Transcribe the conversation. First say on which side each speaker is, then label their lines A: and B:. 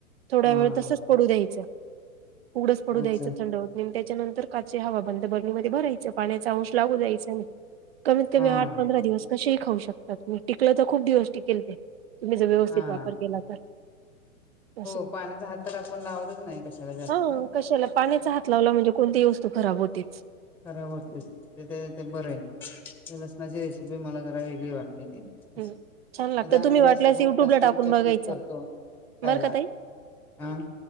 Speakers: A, on the right; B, in the centre.
A: थोड
B: हा
A: वेळ तसच पडू द्यायच घडच पडू
B: अच्छा
A: द्यायचं थंड हो त आणि त्याच्यानंतर काचे हवा बंद बरनीमध्ये भरायचं पाण्याचा अंश लागू द्यायचा नाही. कमीत कमी
B: हा
A: आठ पंधरा दिवस कसेही खाऊ शकतात तुम्ही टिकलं तर खूप दिवस टिकेल ते तुम्ही जर व्यवस्थित
B: हा
A: वापर केला तर अस
B: हो पाण्याचा हात तर आपण लावतच नाही कशाला जास्त
A: हा कशाला पाण्याचा हात लावला म्हणजे कोणतीही वस्त तू खराब होतेच.
B: खराब होता ते ते ते बर आहे लसणाची रेसिपी मला जरा वेगळी वाटली ती, असं
A: हम छान लागते
B: नाही तर आम्ही
A: तुम्ही
B: जास्त
A: वाटलंस
B: करून
A: युट्युब
B: लसूण
A: ला टाकून
B: चटणीच
A: बघायच
B: करतो खायला.
A: बर का तई
B: अ